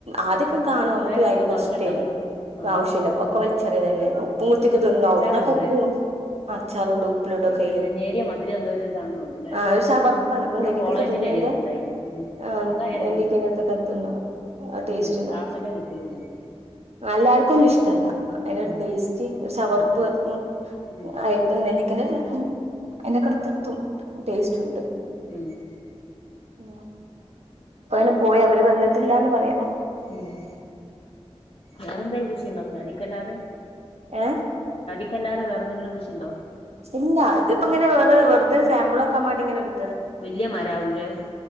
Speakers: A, on the right; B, on the left.
A: ആദ്യക്കെ കാണുമ്പോ
B: കൊറേ
A: നമ്മക്ക്
B: കിട്ടുമ്പോ
A: ഭയങ്കര
B: ആവശ്യണ്ടാവൂല
A: ഇഷ്ടേനി. പ്പൊആവശ്യില്ല.
B: ആഹ്
A: ഇപ്പൊക്കെ വലിച്ചറിയലന്നെന്നു.
B: ഉം
A: ഉപ്പും കുത്തിയൊക്കെ തിന്നാ.
B: അച്ചാറ്ടൂലേ
A: അവ്ട്ന്നൊക്കെ ഉപ്പും പ്പ അച്ചാർടും ഉപ്പിലോടൊക്കെയ്യും.
B: പുളി നേരിയ മധുരം എന്തോ ഒരു ഇതാണെന്നുണ്ട്ല്ലേ
A: ആ ഒരു ചവർപ്പാണ്, നമ്മള്
B: നമ്മളെ
A: നെല്ലിക്കൊക്കെ
B: കോളേജിന്റെ
A: തിന്ന
B: അരിയത്ത്ണ്ടായിനി
A: ന്റെ
B: ഉം
A: ആ
B: പാകായാരെ
A: നെല്ലിക്കന്റെ
B: കണ്ടില്ല
A: അട്ത്തക്കെത്ത്‌ണ്ടാവും. ആ ടേസ്റ്റ്
B: ഉം
A: ഉണ്ടാവും.
B: താത്തന്റെ വീട്ടിലുണ്ട്
A: ആ എല്ലാർക്കു ഒന്നും ഇഷ്ടല്ല. അയ്ന്റെ
B: ഉം
A: ഒരു ടേസ്റ്റ് ഒരു ചവർപ്പ്
B: ആഹ് ആഹ്
A: <unintelligible>
B: ഉം
A: ആയിട്ട് നെല്ലി ക്കന്റെ ഉം അയിന്റെക്കടുത്ത് എത്തും. ടേസ്റ്റ് ഉണ്ട്,
B: ഉം
A: ഏ അയിന് പോയി അവര് വന്നിട്ടില്ലാന്ന് പറയാ.
B: ഉം.. വേറെന്തെലും കൃഷിണ്ടോ ജാതിക്കല്ലാതെ?
A: ഏ
B: ജാതിക്കല്ലാതെ വേറെന്തെങ്കിലുംകൃഷിണ്ടോ.
A: ഇല്ല ഇതിപ്പോങ്ങനെ വേറെ വെറുതെ സാമ്പിളോക്കാൻ മാണ്ടി ഇങ്ങനെ ഇടു
B: വല്ല്യ മരാവൂലേ.